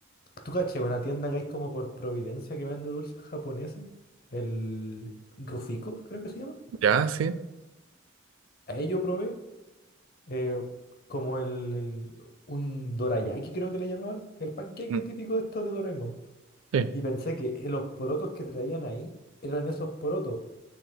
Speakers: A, on the left (about 45°); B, on the right (about 85°).
A: ¿tú caché una tienda que hay como por Providencia que vende dulces japoneses? El Rufico, creo que se llama.
B: ¿Ya? Sí.
A: Ahí yo probé eh, como el, el- un dorayaki, creo que le llamaban. El panqueque
B: Mm,
A: típico de estos de Doraemon. po.
B: Sí.
A: Y pensé que eh, los porotos que traían ahí eran esos porotos,